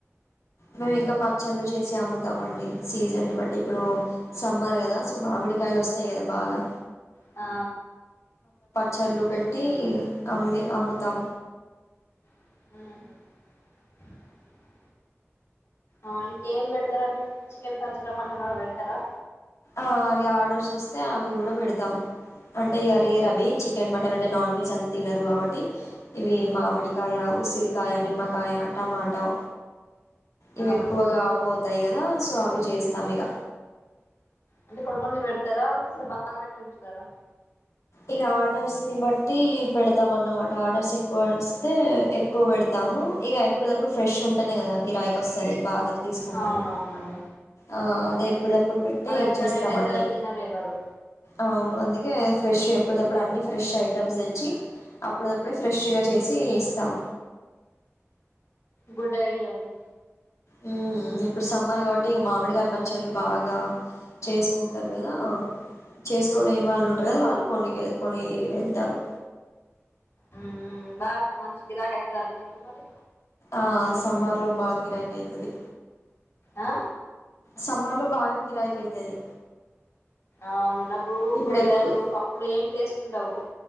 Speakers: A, on the left; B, on the left.
A: మేము ఇంకా పచ్చళ్ళు చేసి అమ్ముతాం అండి, సీజన్ ని బట్టి, ఇప్పుడూ సమ్మర్ గదా సో మామిడి కాయలు వస్తాయి గదా బాగా.
B: ఆ
A: చల్లు పెట్టీ అమ్మి అమ్ముతాం.
B: హ్మ్హ ఆ ఇంకేం పెడతరాండి, చికెన్ పచ్చడా మటన్ ర పెడతరా?
A: ఆ అవి ఆర్డర్స్ ఒస్తే అవి గూడా పెడతాం. అంటే ఇగ రేర్ అవి చికెన్, మటన్ అంటే నాన్ వెజ్ అం తినరు గాబట్టి ఇవీ మామిడికాయ, ఉసిరికాయ, నిమ్మకాయ, టమాటౌ. ఇవి
B: ఆ,
A: ఎక్కువగా పోతాయి కదా, సో అవి చేస్తాం ఇగ.
B: అంటే కొడు మంది పెడతారా ఒకస బాగా పెట్టి ఉంచుతారా
A: ఇగ ఆర్డర్స్ ని బట్టి పెడతాం అన్నమాట. ఆర్డర్స్ ఎక్కువ వస్తే ఎక్కువ పెడతాము. ఇక ఎప్పుడిదప్పుడు ఫ్రెష్ ఉంటనే కదా గిరాకి వస్తది బాగా తీసుకుంటారు.
B: అవునవునండి
A: ఆ అదే అప్పుడ ఇప్పుడు పెట్టి
B: మళ్ళీ ఎక్స్పైర్
A: ఇచ్చేస్తాం.
B: డేట్ అయితే
A: అన్ని
B: అవి తినరు ఎవరు
A: అవును అందుకే ఫ్రెష్ ఎప్పుడిదప్పుడు అన్ని ఫ్రెష్ ఐటమ్స్ తెచ్చి అప్పుడదప్పుడే ఫ్రెష్గా చేసి ఇస్తాం.
B: గుడ్ ఐడి అండి
A: ఊ ఇప్పుడు సమ్మర్ కాబట్టి ఇక మామిడికాయ పచ్చళ్ళు బాగా చేసుకుంటారు కదా చేసుకోలేని
B: మ్మ్.
A: వాళ్ళు ఉంటరు కదా వాళ్ళు కొన్ని కొని వెళ్తారు
B: ఉఉమ్ బస్ మంచి గిరాకీ అయితదా అండి మీకు మరి
A: ఆ సమ్మర్ లో బాగ గిరాకీ అయితది.
B: ఆ?
A: సమ్ మర్ లో బాగా గిరాకి అయితది.
B: అవునున్నప్పుడు
A: ఇప్పుడు
B: కూరగాయలు
A: ఎక్కు
B: పప్పులు ఏం టేస్ట్ ఉండవుదు